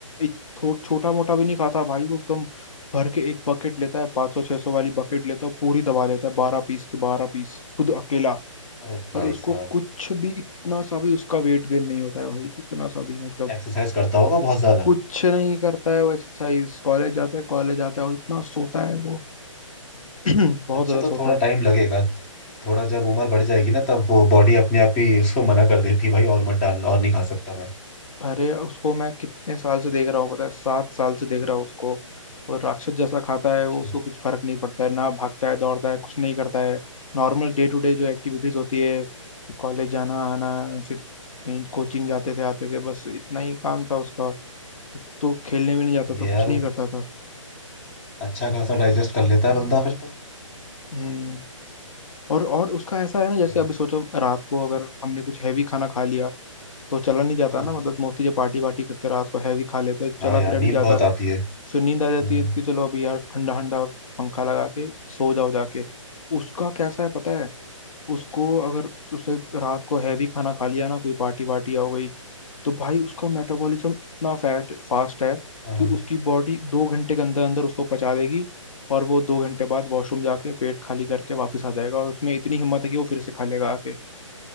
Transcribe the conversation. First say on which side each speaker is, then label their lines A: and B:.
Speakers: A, on the left; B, on the left.
A: एक थो, छोटा मोटा भी नहीं खाता भाई वो एकदम भर के एक बकेट लेता है पाँच सौ छह सौ वाली बकेट लेता है पूरी दबा लेता है बारह पीस के बारह पीस खुद अकेला
B: अरे
A: और
B: भाई
A: उसको
B: साहब
A: कुछ भी इतना सा भी उसका वेट गेन नहीं होता है भाई इतना सा भी मतलब
B: एक्सरसाइज करता होगा बहुत ज्यादा
A: कुछ नहीं करता है वो एक्सरसाइज कॉलेज जाता है कॉलेज आता है और इतना सोता है वो <clears throat> बहुत
B: अच्छा
A: ज्यादा
B: तो
A: सोता
B: थोड़ा
A: है
B: टाइम लगेगा थोड़ा जब उम्र बढ़ जाएगी ना तब वो बॉडी अपने आप ही उसको मना कर देती है, भाई और मत डाल और नहीं खा सकता मैं
A: अरे उसको मैं कितने साल से देख रहा हूँ पता है सात साल से देख रहा हूँ उसको वो राक्षस जैसा खाता है
B: अच्छा
A: वो उसको कुछ फर्क नहीं पड़ता है ना भागता है दौड़ता है कुछ नहीं करता है नॉर्मल डे टू डे जो एक्टिविटीज होती है कॉलेज जाना आना फिर कहीं कोचिंग जाते थे आते थे बस इतना ही काम था उसका तो खेलने भी नहीं जाता था
B: ये
A: कुछ
B: यार
A: नहीं करता था
B: अच्छा खासा डाइजेस्ट कर लेता है बंदा फिर तो
A: हम्म और और उसका ऐसा है ना जैसे
B: बॉडी
A: अभी सोचो रात को अगर हमने कुछ हैवी खाना खा लिया तो चला नहीं जाता
B: हम्म
A: ना मतलब मोस्टली जब पार्टी वार्टी करते रात को हैवी खा लेते तो
B: हाँ
A: चला
B: यार
A: फिरा
B: नींद
A: नहीं जाता
B: बहुत आती है
A: फिर नींद
B: हम्म
A: आ जाती है कि चलो अभी यार ठंडा ठंडा पंखा लगा के सो जाओ जाके उसका कैसा है पता है उसको अगर उसने रात को हैवी खाना खा लिया ना कोई पार्टी वार्टी हो गई तो भाई उसका मेटाबॉलिज्म इतना फैट फास्ट है
B: हाँ
A: कि उसकी बॉडी दो घंटे के अंदर अंदर उसको पचा देगी और वो दो घंटे बाद वॉशरूम जाके पेट खाली करके वापस आ जाएगा और उसमें इतनी हिम्मत है कि वो फिर से खा लेगा आके